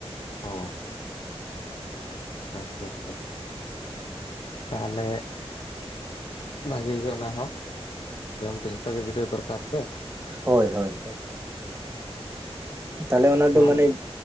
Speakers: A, on the left; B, on the right.
A: ᱚ ᱟᱪᱪᱷᱟ ᱟᱪᱪᱷᱟ ᱛᱟᱦᱚᱞᱮ᱾ ᱵᱷᱟᱜᱮ ᱜᱮ ᱚᱱᱟ ᱦᱚᱸ ᱡᱚᱢ ᱫᱚ ᱡᱚᱛᱚ ᱜᱮ ᱵᱤᱰᱟᱹᱣ ᱫᱚᱨᱠᱟᱨ ᱥᱮ᱾
B: ᱦᱳᱭ ᱦᱳᱭ ᱛᱟᱦᱚᱞᱮ ᱚᱱᱟ
A: ᱛᱟᱦᱚᱞᱮ
B: ᱫᱚ ᱢᱟᱱᱮ᱾